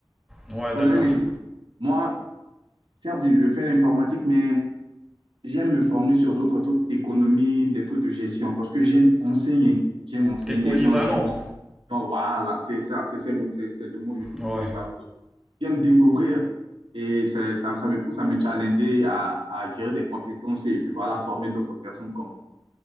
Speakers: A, in the centre; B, on the right.
A: Ouais,
B: Prenons
A: d'accord.
B: un exemple. Moi, certes, je fais l'informatique, mais j'aime me former sur d'autres trucs, économie, des trucs de gestion, parce que j'aime enseigner. J'aime enseigner
A: T'es polyvalent.
B: des gens, j'aime donc, voilà, c'est ça, c'est c'est le, c'est- c'est le mot, je suis
A: Ouais.
B: polyvalent. Donc, J'aime découvrir et ça, ça, ça me pousse à me challenger, à, à acquérir des compétences et puis voilà, former d'autres personnes comme moi.